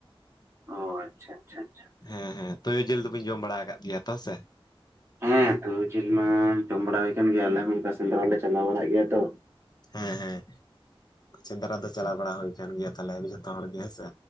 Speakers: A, on the right (about 25°); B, on the left (about 45°).
A: ᱚ ᱟᱪᱪᱷᱟ ᱟᱪᱪᱷᱟ ᱟᱪᱪᱷᱟ
B: ᱦᱮᱸ ᱦᱮᱸ ᱛᱚᱭᱳ ᱡᱤᱞ ᱫᱚᱵᱟᱹᱧ ᱡᱚᱢ ᱵᱟᱲᱟ ᱟᱠᱟᱫ ᱜᱮᱭᱟ ᱛᱚ ᱥᱮ
A: ᱦᱮᱸ ᱛᱳᱭᱳ ᱡᱤᱞ ᱢᱟ ᱡᱚᱢ ᱵᱟᱲᱟ ᱦᱩᱭ ᱠᱟᱱ ᱜᱮᱭᱟ ᱟᱞᱮ ᱦᱚᱸ ᱚᱱᱠᱟ ᱥᱮᱸᱫᱽᱨᱟᱞᱮ ᱪᱟᱞᱟᱣ ᱵᱟᱲᱟᱜ ᱜᱮᱭᱟ ᱛᱚ
B: ᱦᱮᱸ ᱦᱮᱸ ᱥᱮᱸᱫᱽᱨᱟ ᱫᱚ ᱪᱟᱞᱟᱣ ᱵᱟᱲᱟ ᱦᱩᱭ ᱟᱠᱟᱱ ᱜᱮᱭᱟ ᱛᱟᱦᱚᱞᱮ ᱡᱷᱚᱛᱚ ᱦᱚᱲ ᱜᱮ ᱦᱮᱸᱥᱮ